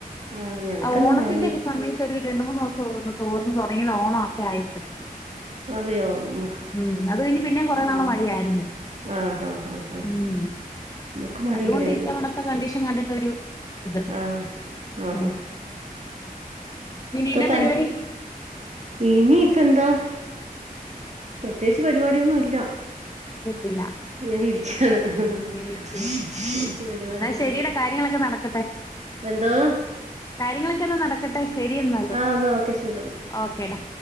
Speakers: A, on the right; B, on the left.
A: ആഹ് ഞങ്ങക്കന്ന്
B: ആ ഓണത്തിന്റെ
A: മഴയില്ല
B: ഒക്കെ സമയ ത്തൊരു രണ്ട് മൂന്നോസം ഒന്ന് തോർന്നു തുടങ്ങിയത് ഓണം ഒക്കെ ആയപ്പഴ്.
A: അതെയോ മ
B: ഉം അത് കഴിഞ്ഞ് പിന്നേം കൊറെ നാള് മഴയായിരുന്നു.
A: ആഹ് ആഹ് ആഹ് ആഹ്
B: ഉം
A: നമുക്ക് മഴയില്ലായിരുന്നു
B: അതുകൊണ്ട് ഇത്തവണ ത്തെ കണ്ടീഷൻ കണ്ടിട്ടൊരു ഇത്.
A: ആഹ് ആഹാ
B: ഉം. പിന്നെ
A: ഇപ്പൊ
B: എന്നാ
A: തൻ
B: പരിപാടി
A: ഇനി ഇപ്പ എന്താ. പ്രത്യേകിച്ച് പരിപാടിയൊന്നും ഇല്ല.
B: <unintelligible>
A: ഇങ്ങനെ ഇരിക്ക്യാണ് ആഹ്
B: ഇങ്ങനെ ഇരിക്കുന്നു
A: പ്രത്യേകിച്ച് പരിപാടികളൊന്നുല്ല.
B: എന്നാ ശരിയടാ കാര്യങ്ങളൊക്കെ നടക്കട്ടെ
A: എന്തോ?
B: കാര്യങ്ങളൊക്കെ എന്നാ നടക്കട്ടെ ശരിയെന്നാല്.
A: ആഹ് എന്നാ ഓക്കെ ശരി
B: ഓക്കേ ടാ.